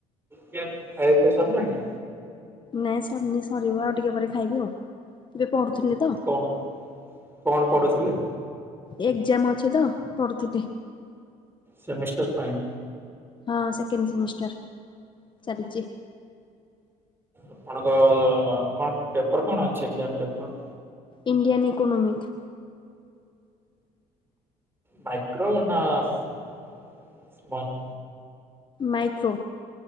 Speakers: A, on the right (about 15°); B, on the left (about 35°).
A: ଖିଆ ଖାଇବା ପିଆ ସରିଲାଣି।
B: ନାଇଁ ସରିନି ସରିବ ଆଉ ଟିକେ ପରେ ଖାଇବି ଆଉ ଏବେ ପଢୁଥିଲି ତ।
A: କଣ କଣ ପଢୁଥିଲେ?
B: ଏଗଜାମ ଅଛି ତ ପଢ଼ୁଥିଲି।
A: ସେମିଷ୍ଟାର ପାଇଁ।
B: ହଁ ସେକେଣ୍ଡ ସେମିଷ୍ଟାର ଚାଲିଚି।
A: ଆପଣଙ୍କ କଣ ପେପର କଣ ଅଛି exam paper.
B: Indian economic.
A: Micro ନା ସ ସ୍ମଲ।
B: ମାଇକ୍ରୋ।